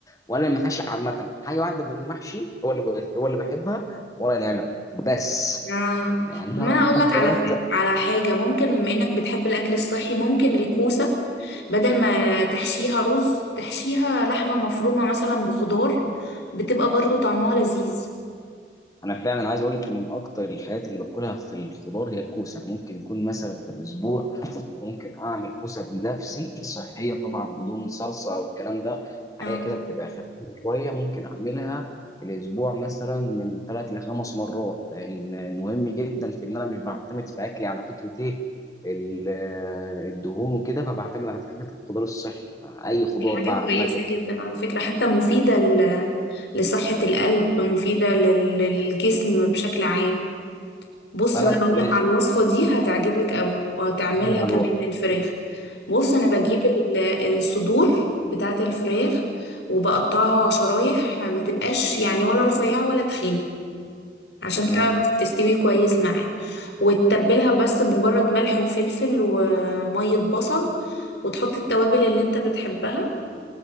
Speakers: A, on the left (about 20°); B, on the left (about 80°).
A: وانا المحاشي عامه حاجه واحده من المحشي هو اللي ب- هو اللي بحبها ورق العنب بس
B: اه
A: يعني
B: طب
A: ورق
B: ما انا اقول
A: العنب
B: لك على ف- على حاجه ممكن بما انك بتحب الاكل الصحي ممكن الكوسه بدل ما تحشيها رز تحشيها لحمه مفرومه مثلا بخضار بتبقى برضو طعمها لذيذ
A: انا فعلا عايز اقول لك ان من اكتر الحاجات اللي باكلها في الخضار هي الكوسه ممكن يكون مثلا في الاسبوع ممكن اعمل كوسه بنفسي صحيه طبعا بدون صلصه او الكلام ده
B: اه
A: حاجه كده بتبقى خفيفه شويه ممكن اعملها في الاسبوع مثلا من ثلاث لخمس مرات لان مهم جدا في ان انا مش بعتمد في اكلي على فكره ايه ال- الدهون وكده فبعتمد على فكره الخضار الصحي اي خضار
B: دي حاجه
A: بقى
B: كويسه
A: عامه
B: جدا على فكره حتى مفيده ل- لصحه القلب مفيده لل- للجسم بشكل عام بص
A: فانا
B: بقى اقول
A: من
B: لك
A: الحاجات
B: على الوصفه دي هتعجبك قوي وهتعملها
A: دي
B: كمان
A: على الوقت.
B: للفراخ بص انا بجيب ال- الصدور بتاعه الفراخ وبقطعها شرايح ما تبقاش يعني ولا رفيعه ولا تخينه عشان
A: تمام
B: تعرف تستوي كويس معايا وتتبلها بس بمجرد ملح وفلفل وميه بصل وتحط التوابل اللي انت بتحبها